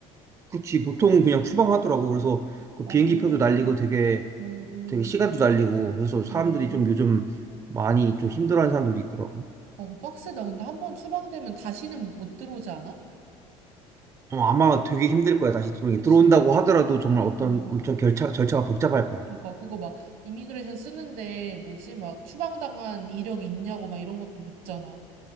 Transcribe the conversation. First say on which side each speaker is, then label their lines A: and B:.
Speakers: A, on the right (about 25°); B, on the right (about 75°).
A: 그치 보통은 그냥 추방하더라고. 그래서 그
B: 어,
A: 비행기
B: 어,
A: 표도 날리고 되게
B: 어,
A: 되게 시간도 날리고 그래서 사람들이
B: 어.
A: 좀 요즘 많이 좀 힘들어하는 사람들도 있더라고.
B: 어, 그거 빡세다. 근데 한 번 추방되면 다시는 못 들어오지 않아?
A: 어, 아마 되게 힘들 거야 다시 들어오는
B: 그치?
A: 게 들어온다고 하더라도 정말 어떤
B: 어.
A: 엄청 결차, 절차가 복잡할 거야.
B: 그러니까 그거 막 이미그레이션 쓰는데 뭐지? 막 추방당한 이력 있냐고 막 이런 것도 묻잖아.